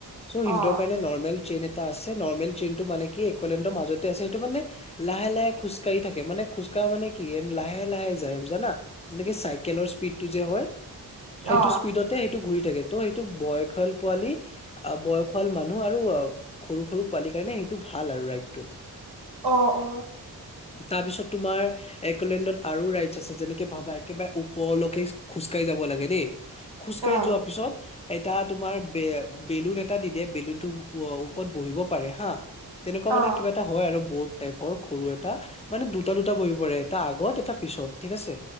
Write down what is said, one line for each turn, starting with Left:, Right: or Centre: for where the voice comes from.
Left: ছো সিন্তৰ
Right: অ
Left: কাৰণে নৰ্মেল ট্ৰেইন এটা আছে। নৰ্মেল ট্ৰেইনটো মানে কি, এলেণ্ডৰ মাজতে আছে। সেইটো মানে লাহে - লাহে খোজকাঢ়ি থাকে, মানে খোজকাঢ়া মানে কি, এন- লাহে - লাহে যায় জানা? যেনেকে চাইকেলৰ স্পীডটো যে হয় সেইটো
Right: অ
Left: স্পীডতে সেইটো ঘূৰি থাকে। তো সেইটো বয়খাল পোৱালি, অ'- বয়সুৱাল মানুহ আৰু অ' সৰু - সৰু পোৱালি কাৰণে এইটো ভাল আৰু ৰাইডটো।
Right: অ' - অ'।
Left: তাৰ পিছত তোমাৰ, একলেণ্ডত আৰু ৰাইডছ আছে। যেনেকে ভাবা একেবাৰে ওপৰলৈকে খোজ খোজকাঢ়ি যাব লাগে দেই। খোজকাঢ়ি
Right: অ অ উম
Left: যোৱাৰ পিছত এটা তোমাৰ বে বেলুন এটা দি দিয়ে। বেলুনটো ওপৰত বহিব পাৰে হা। তেনেকুৱা মানে
Right: অ
Left: কিবা এটা হয় আৰু বোট টাইপৰ, সৰু এটা। মানে দুটা - দুটা বহি পাৰে, এটা আগত, এটা পিছত, ঠিক আছে।